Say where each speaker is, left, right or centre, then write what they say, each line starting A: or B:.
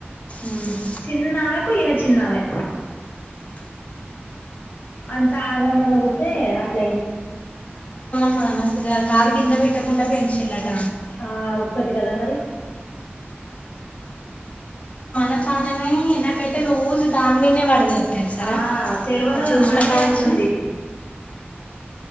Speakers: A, on the left; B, on the left.
A: ఉమ్.
B: చిన్నఆమె కు ఈమె చిన్నమే అంత ఆనందంగా గుడితే అట్ల అయింది
A: ఆ మస్తుగా కాలు కింద పెట్టకుండా పెంచిల్లుఅట
B: ఆ ఒక్కతి కదా మరి
A: నా పాణమే నాకైతే రోజు దాని మీదే వాడ దొరుగుతుంది సారా
B: ఆ తెలియనోళ్ళం
A: అది చూసిన
B: మనకే
A: కా
B: అట్లుంది
A: నుంచి